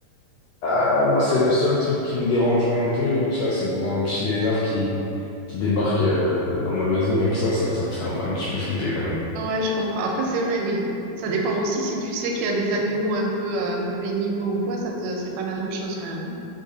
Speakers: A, on the left; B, on the right.
A: Ah, moi, c'est le seul truc qui me dérangerait un peu, tu vois, c'est de voir un petit lézard qui, qui débarque euh, dans ma maison comme ça, ça, ça me ferait un, un petit peu flipper quand même.
B: Ouais, je comprends. Après, c'est vrai, oui. Ça dépend aussi si tu sais qu'il y a des animaux un peu, euh, un peu venimeux ou quoi, ça te, c'est pas la même chose quand même.